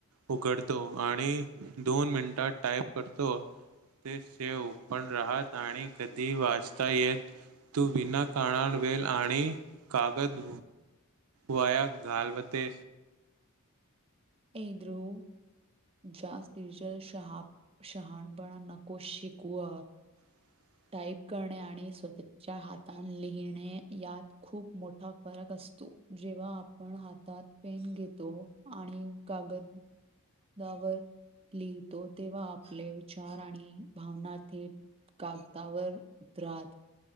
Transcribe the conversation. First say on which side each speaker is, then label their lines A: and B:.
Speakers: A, on the right (about 70°); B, on the right (about 25°).
A: उघडतो आणि दोन मिनिटात टाईप करतो ते सेव पण राहात आणि कधी वाचता येत तू विना काणा वेल आणि कागद वया गालवते
B: एक्रू जात डिजिटल शहाणपण नको शिकव
A: ह
B: टाईप करणे आणि स्वतःच्या हातान लिहिणे यात खूप मोठा फरक असतो जेव्हा आपण हातात पेन घेतो आणि कागद दावर लिहितो तेव्हा आपले विचार आणि भावना थ कागदावर उतरात